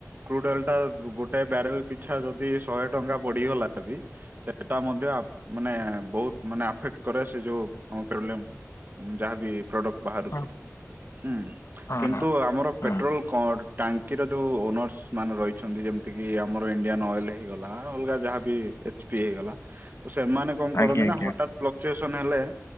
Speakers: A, on the right; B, on the left.
A: କ୍ରୁଡ୍ ଅଏଲଟା, ଗୋଟେ ବ୍ୟାରେଲ ପିଛା ଯଦି ଶହେ ଟଙ୍କା ବଡିଗଲା ବି ସେଇଟା ମଧ୍ୟ ଆପ ମାନେ ବହୁତ ମାନେ ଆଫେକ୍ଟ କରେ, ସେ ଯୋଉ ଆମ ପ୍ରୋବ୍ଲେମ୍ ଯାହାବି ପ୍ରଡ଼କ୍ଟ ବାହାରୁଛି,
B: ହଁ
A: ହୁଁ।
B: ହଁ
A: କିନ୍ତୁ
B: ହଁ।
A: ଆମର
B: ହଁ
A: ପେଟ୍ରୋଲ କର୍ଡ, ଟାଙ୍କିର ଯୋଉ ଓନର୍ସମାନେ ରହିଛନ୍ତି ଯେମିତିକି, ଆମର ଇଣ୍ଡିଆନ୍ ଅଏଲ୍ ହେଇଗଲା, ଅଲଗା ଯାହାବି ଏଚ୍ ପି ହେଇଗଲା। ତ ସେମାନେ କଣ କରନ୍ତି
B: ଆଜ୍ଞା
A: ନା
B: ଆଜ୍ଞା
A: ହଠାତ୍ ପ୍ଲ କ୍ଚୁଏସନ୍ ହେଲେ,